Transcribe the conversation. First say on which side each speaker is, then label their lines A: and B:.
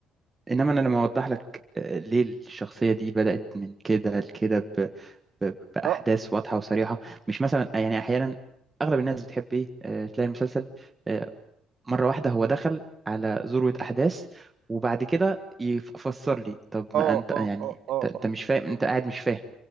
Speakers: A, on the right; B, on the right.
A: انما انا لما اوضح لك آه، ليه الشخصيه دي بدات من كده لكده ب... ب... باحداث
B: اه
A: واضحه وصريحه مش مثلا يعني احيانا اغلب الناس بتحب ايه آه، تلاقي المسلسل آه، مره واحده هو دخل على ذروه احداث وبعد كده يفسر لي طب ما
B: اه
A: انت
B: اه
A: يعني
B: اه اه
A: انت انت
B: أه.
A: مش فاهم انت قاعد مش فاهم